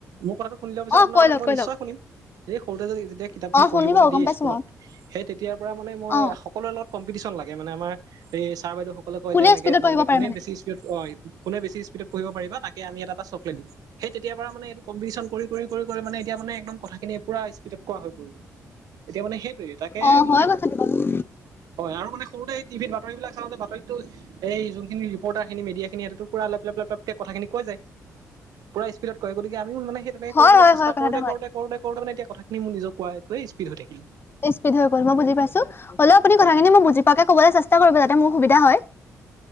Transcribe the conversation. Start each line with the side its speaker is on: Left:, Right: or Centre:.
Right: মোৰ কথাটো শুনি লোৱা পিছত
Left: অ
Right: আপোনাৰ
Left: কৈ
Right: কথাটো
Left: লওক
Right: মই
Left: কৈ
Right: নিশ্চয়
Left: লওক
Right: শুনিম, এই সৰুতে যেতিয়া কিতাপখিনি
Left: অ
Right: পঢ়িব।
Left: শুনিব
Right: পঢ়িব দিয়ে
Left: গম পাইছো
Right: স্কুলত।
Left: মই
Right: সেই তেতিয়াৰ পৰা মানে মই
Left: অ
Right: সকলোৰে লগত কম্পিটিশ্যন লাগে মানে, আমাৰ এই ছাৰ বাইদেউ সকলে কয়
Left: কোনে
Right: যে এনেকে
Left: স্পীডত
Right: তোমালোকে
Left: পঢ়িব পাৰে
Right: কোনে
Left: মানে
Right: বেছি স্পীড অ', কোনে বেছি স্পীডত পঢ়িব পাৰিবা। তাকে আমি এটা চকলেট দিম, সেই তেতিয়াৰ পৰা মানে এইটো কম্পিটিচ্যন কৰি, কৰি, কৰি মানে এতিয়া মানে একদম কথাখিনি পুৰা স্পীড। স্পীডত কোৱা হৈ গ'ল, এতিয়া মানে সেইটোৱে তাকেহে
Left: অ
Right: মই
Left: হয় কথাটো বাৰু
Right: হয়, আৰু মানে সৰুতে সেই টিভিত বাতৰি বিলাক চাওঁতে বাতৰিতো এই যোনখিনি ৰিপৰ্টাৰখিনিয়ে, মিডিয়াখিনিয়ে পুৰা লেপ-লেপ-লেপকে কথাখিনি কৈ যায়, পুৰা স্পীডত কয় গতিকে আ আমিও মানে সেই তেনেকৈ
Left: হয়
Right: কৰিবলৈ
Left: হয়
Right: চেষ্টা
Left: হয় কথাটো
Right: কৰোঁতে,
Left: হয়
Right: কৰোঁতে, কৰোঁতে, কৰোঁতে মানে এতিয়া কথাখিনি নিযে কোৱাটোৱেই স্পীড হৈ থাকিল।
Left: বেছি স্পীড হৈ গ'ল মই বুজি পাইছোঁ, হ'লেওঁ আপুনি
Right: হয়
Left: কথাখিনি
Right: হয়
Left: মই বুজি পোৱাকৈ ক'বলৈ চেষ্টা কৰিব। তেতিয়া মোৰ সুবিধা হয়।